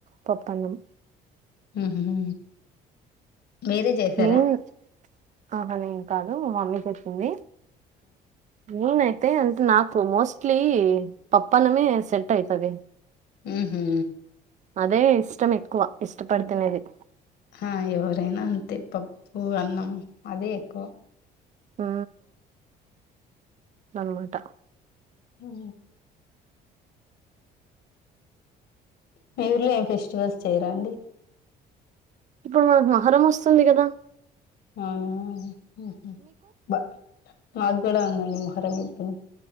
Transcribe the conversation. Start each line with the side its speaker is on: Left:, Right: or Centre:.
Right: పప్పనం
Left: ఉహూ మీరే చేసారా
Right: మెయిన్ ఆహా నేం కాదు మా మమ్మీ చెప్పింది నేనై అతే అంటే నాకు మోస్ట్లీ పప్పనమే సెట్ అయితది
Left: ఉహూ
Right: అదే ఇష్టం ఎక్కువ ఇష్టపడి తినేది
Left: ఆ ఎవరైనా అంతే పప్పు అన్నం అదే ఎక్కువ
Right: ఆ అమ్మాటా
Left: హూ మీ ఊర్లో ఏం ఫెస్టివల్స్ చేయరాండి
Right: ఇప్పుడు మనకు మొహరం వస్తుంది కదా
Left: అవును ఉహు బ మాకు కూడా ఉందండి మొహరం ఇప్పుడు